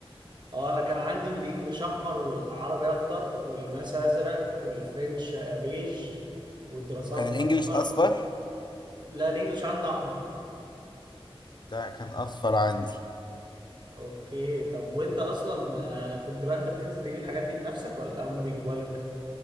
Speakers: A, on the right (about 50°); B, on the left (about 50°).
A: اه انا كان عندي الانجليش احمر والعربي اخضر والماس ازرق والفرنش آه، بيج والدراسات
B: كان الانجليش
A: اصفر
B: اصفر
A: لا الانجليش عندي احمر
B: ده كان اصفر عندي
A: اوكي طب وانت اصلا آه، كنت بقى انت بتنزل تجيب الحاجات دي بنفسك ولا هم بيجيبوها لك